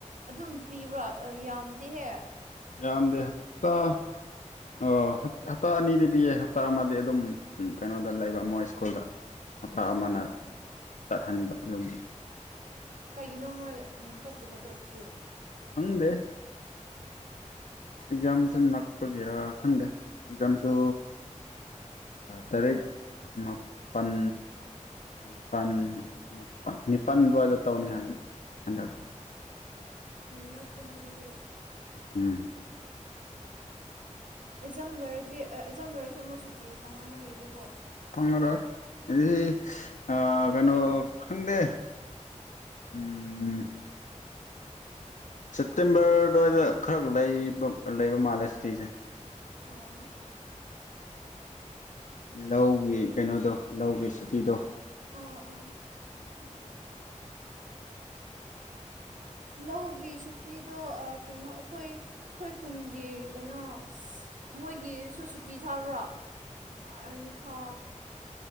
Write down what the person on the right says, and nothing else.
ꯑꯗꯨꯝ ꯄꯤꯕ꯭ꯔꯥ ꯌꯥꯝꯗꯤꯦꯍꯦ
ꯑꯣ
ꯀꯩꯒꯤꯅꯣ ꯃꯣꯏ ꯑꯗꯨꯝ ꯊꯣꯛꯇꯕ ꯇꯣꯠꯁꯤ
ꯃꯥ ꯐ꯭ꯔꯔꯤꯅꯦ ꯑꯗꯨꯗꯤ
ꯑꯦꯖꯝꯂꫭꯏꯔꯗꯤ ꯑ ꯑꯦꯖꯝꯂꫭꯏꯔꯁꯨ ꯑꯃꯨꯛ ꯁꯨꯇꯤ ꯐꯪꯉ ꯃꫭꯏꯗꯤ ꯀꯣ
ꯑꯣ
ꯑꯥ ꯑꯥ
ꯂꯧꯒꯤ ꯁꯨꯇꯤꯗꯣ ꯑ ꯀꯩꯅꯣ ꯑꯩꯈꯣꯏ ꯑꯈꯣꯏ ꯈꯨꯟꯒꯤ ꯀꯩꯅꯣ ꯃꯣꯏꯒꯤꯁꯨ ꯁꯨꯇꯤ ꯊꯥꯕ꯭ꯔꯣ ꯑꯩꯒꯤ ꯊꯥ